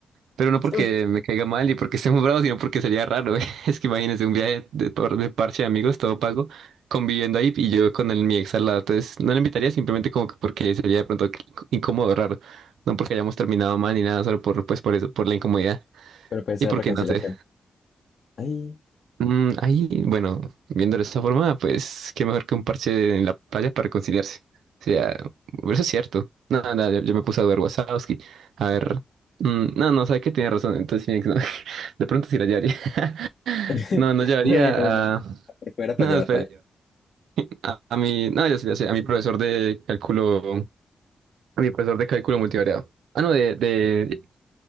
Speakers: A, on the right; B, on the left.
A: Pero no porque
B: Sí.
A: me caiga mal y porque <laughs> esté muy bravo, sino porque sería raro. <laughs> Es que imagínense un viaje de, por- de parche de amigos, todo pago, conviviendo ahí y yo con el, mi ex al lado. Entonces no le invitaría simplemente como que porque sería de pronto inc- incómodo, raro. No porque hayamos terminado mal ni nada, solo por, pues, por eso, por la incomodidad.
B: Pero puede ser
A: Y porque
B: reconciliación.
A: no sé.
B: Ay.
A: Mm, ahí, bueno, viendo de esta forma, pues qué mejor que un parche en la playa para reconciliarse. O sea, eso es cierto. No, nada, yo, yo me puse a ver Wazowski. A ver. mm, no, no, sabe que tiene razón. Entonces, mi ex no. <laughs> De pronto sí la llevaría. <laughs>
B: <laughs>
A: No, no llevaría
B: Bueno, bueno, yo
A: a.
B: por fuera para
A: No,
B: llevarla
A: espe-
B: a él.
A: a, a mi. No, ya sé, ya sé, A mi profesor de cálculo. A mi profesor de cálculo multivariado. Ah, no, de, de.